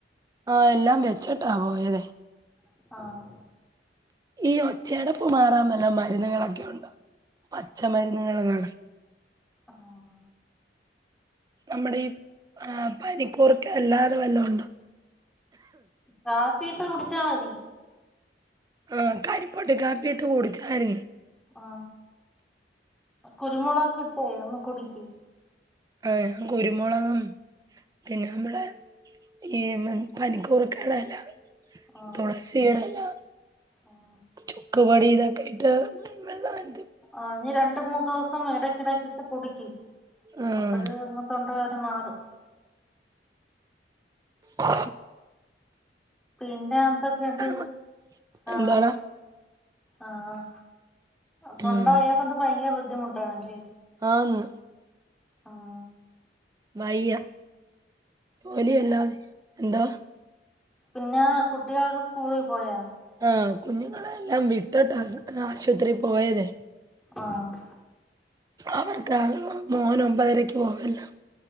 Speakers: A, on the right; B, in the centre.
A: ആഹ എല്ലാം വെച്ചിട്ടാ പോയത്െ
B: ആഹ്
A: ഈ ഒച്ചയടപ്പ് മാറാൻ വല്ല മരുന്നുകളൊക്കെ ഉണ്ടോ പച്ചമരുന്നുക കാ
B: ആഹ്
A: നമ്മുടെ ഈ ആർ പനിക്കൂർക്ക അല്ലാതെ വല്ലണ്ട്
B: കാപ്പിട്ട് കുടിച്ചാ മതി
A: ആ കരിപ്പൊട്ട കാപ്പിട്ട് കുൂടിച്ചായിരുന്നു
B: ആ കുരുമുളക് ഇട്ടേ ഒന്ന് കുടിക്ക്
A: ആ ഞാൻ കുരുമുളകും പിന്നെ നമ്മള ഈ പനിക്കൂർക്കേടെ ഇല
B: ആഹ്
A: തുളസിടെ ഇല
B: ആഹ്
A: ചുക്കവാടി ഇതാ കട്ട <unintelligible>
B: ആ നീ രണ്ട് മൂന്ന് ദിവസം ഇടക്കിടക്ക ഇട്ട് കുടുക്കി
A: ആഹ്
B: അപ്പഴ് അങ്ങ് തൊണ്ടവേദന മാറും
A: ആ
B: പിന്നെ എന്തൊക്കെയ ഇണ്ട്
A: മ
B: ആ
A: എന്താടാ
B: ആഹ് തൊണ്ട
A: ഉം
B: വയ്യാത്തോണ്ട് ഭയങ്കര ബുദ്ധിമുട്ടാണല്ലേ?
A: ആന്ന്
B: ആഹ്
A: വയ്യ ജോലിയല്ലാ എന്താ?
B: പിന്നെ കുട്ടികളൊക്കെ സ്കൂളിൽ പോയാ?
A: ആഹ് കുഞ്ഞുങ്ങളെയെല്ലാം വിട്ടട്ടാ സ ആശുപത്രി പോയതേ.
B: ആഹ്
A: അവർക്ക് മോന് ഒമ്പതരക്ക് പോവല്ലോ.